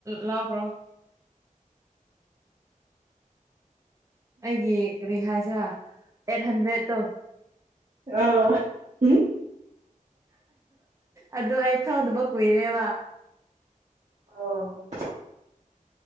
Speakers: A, on the right; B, on the right.
A: ꯂꯧꯈ꯭ꯔꯣ ꯑꯩꯒꯤ ꯀꯔꯤ ꯍꯥꯏꯁꯤꯔꯥ ꯑꯩꯠ ꯍꯟꯗ꯭ꯔꯦꯗ ꯇꯧ
B: ꯑ ꯎꯝ
A: ꯑꯗꯨ ꯑꯩ ꯊꯧꯗꯅꯕ ꯀꯨꯏꯔꯦꯕ
B: ꯑ